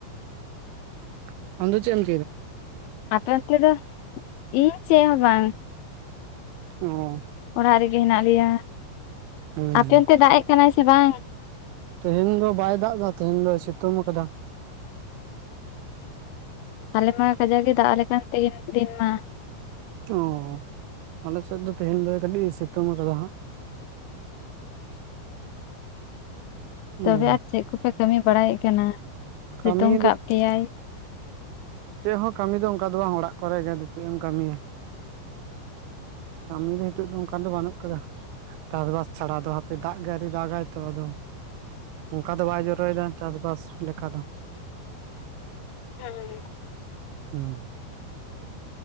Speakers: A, on the right (about 85°); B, on the left (about 75°).
A: <unintelligible> ᱟᱢ ᱫᱚ ᱪᱮ ᱮᱢᱼᱼ
B: ᱟᱯᱮ ᱚᱱᱛᱮᱫᱚ ᱤᱧ ᱪᱮ ᱦᱚᱸ ᱵᱟᱝ᱾
A: ᱚᱻ
B: ᱚᱲᱟᱜ ᱨᱮᱜᱮ ᱦᱮᱱᱟᱜ ᱞᱮᱭᱟ
A: ᱦᱮᱸ
B: ᱟᱯᱮ ᱚᱱᱛᱮ ᱫᱟᱜ ᱮᱜ ᱠᱟᱱᱟᱭ ᱥᱮ ᱵᱟᱝᱼᱼ
A: ᱛᱮᱦᱮᱱ ᱫᱚ ᱵᱟᱭ ᱫᱟᱜ ᱫᱟ ᱛᱮᱦᱮᱱ ᱫᱚᱭ ᱥᱮᱛᱳᱝ ᱟᱠᱟᱫᱟ᱾
B: ᱟᱞᱮ ᱢᱟ ᱠᱟᱡᱟᱜ ᱜᱮ ᱫᱟᱜ ᱟᱞᱮ ᱠᱟᱱ ᱛᱮᱦᱮᱱ ᱫᱤᱱ ᱢᱟ᱾
A: ᱳ ᱟᱞᱮ ᱥᱮᱫ ᱫᱚ ᱛᱮᱦᱮᱧ ᱫᱚ ᱠᱟᱹᱴᱤᱡ ᱥᱤᱛᱩᱝ ᱠᱟᱫᱟ ᱦᱟᱸᱜ᱾
B: <unintelligible> ᱛᱚᱵᱮ
A: ᱚ
B: ᱟᱨ ᱪᱮᱫ ᱠᱚᱯᱮ ᱠᱟᱹᱢᱤ ᱵᱟᱲᱟᱭᱮᱜ ᱠᱟᱱᱟ ᱥᱤᱛᱩᱝ
A: ᱠᱟᱹᱢᱤ
B: ᱠᱟᱜ ᱯᱮᱭᱟᱭ
A: ᱪᱮᱜ ᱦᱚᱸ ᱠᱟᱹᱢᱤ ᱫᱚ ᱚᱱᱠᱟ ᱫᱚ ᱚᱲᱟᱜ ᱠᱚᱨᱮ ᱜᱮ ᱟᱫᱚ ᱪᱮᱜ ᱮᱢ ᱠᱟᱢᱤᱭᱟ-ᱠᱟᱢᱤ ᱫᱚ ᱦᱤᱛᱚᱜ ᱫᱚ ᱚᱝᱠᱟ ᱫᱚ ᱵᱟᱹᱱᱩᱜ ᱠᱟᱫᱟ ᱪᱟᱥ ᱵᱟᱥ ᱪᱷᱟᱲᱟ ᱫᱚ ᱦᱟᱯᱮ ᱫᱟᱜ ᱜᱮ ᱟᱨᱤ ᱫᱟᱜᱟᱭ ᱛᱚ ᱟᱫᱚ ᱚᱱᱠᱟ ᱫᱚ ᱵᱟᱭ ᱡᱚᱨᱚᱭᱮᱫᱟ ᱪᱟᱥᱵᱟᱥ ᱞᱮᱠᱟ ᱫᱚ᱾
B: ᱦᱮᱸ
A: ᱦᱩᱸ